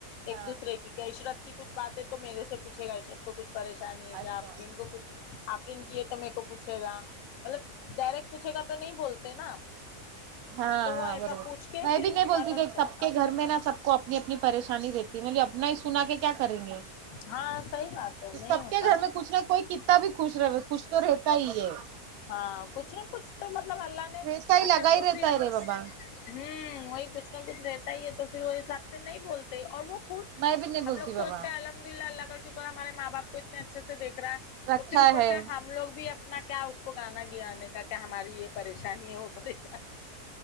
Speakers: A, on the left; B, on the right.
A: ایک
B: ہاں
A: دوسرے کی کہ عشرت کی کچھ بات ہے تو میرے سے پوچھے گا عشرت کو کچھ پریشانی ہے کیا
B: اچھا
A: آفرین کو کچھ آفرین کی ہے تو میرے کو پوچھے گا مطلب ڈائریکٹ پوچھے گا تو نہیں بول تے نا
B: ہاں
A: تو
B: ہاں
A: وہ ایسا
B: برابر
A: پوچھ کے
B: میں
A: پھر
B: بھی نہیں بولتی
A: مدد
B: تک
A: کرتا
B: سب کے گھر میں نا سب کو اپنی اپنی پریشانی رہتی میں اپنا ہی سنا کے کیا کریں گے
A: ہاں صحیح بات ہے
B: تو
A: نہیں
B: سب
A: ہوتا
B: کے گھر
A: نا
B: میں کچھ نہ کوئی کتا بھی خوش رہ کچھ تو رہتا ہی ہے
A: ہاں کچھ نہ کچھ تو مطلب اللہ نے
B: رہتا ہی
A: اچھا
B: لگا
A: تو
B: ہی رہتا
A: پھر
B: ہے رے بابا
A: ہوں وہی کچھ نہ کچھ رہتا ہی ہے تو پھر وہ حساب سے نہیں بول اور وہ خود
B: میں بھی نہیں بولتی
A: ہم لوگ
B: بابا
A: سوچتے ہیں الحمد للہ اللہ کا شکر ہمارے ماں باپ کو اتنے اچھے سے دیکھ رہا ہے
B: رکھا
A: تو پھر اوپر
B: ہے
A: سے ہم لوگ بھی اپنا کیا کو گانا گانے کا کیا ہماری یہ پریشانی ہے ہو پریشانی